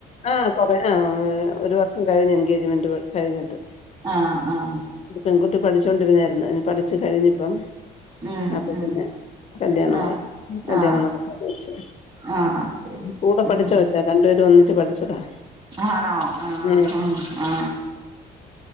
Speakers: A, on the left; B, on the right.
A: ആഹ കൊറെ ആ ഒരു വർഷം കഴിഞ്ഞ് എൻഗേജ്മെന്റ് കഴിഞ്ഞിട്ട്
B: ആഹ് ആഹ്
A: പെൺകുട്ടി പഠിച്ചോണ്ടിരുന്നായിരുന്നു പഠിച്ചു കഴിഞ്ഞിപ്പം
B: ഉം
A: അപ്പൊ
B: ഉം
A: പിന്നെ കല്യാണമായി
B: ആ
A: കല്യാണം
B: ആ
A: നടക്ക വച്ച്
B: ആ ശരി
A: കൂടെ പഠിച്ചാ
B: ഉം
A: കൊച്ചാ രണ്ടു പേരും ഒന്നിച്ച് പഠിച്ചതാ
B: ആണോ ആ
A: ഉം
B: ആ ആ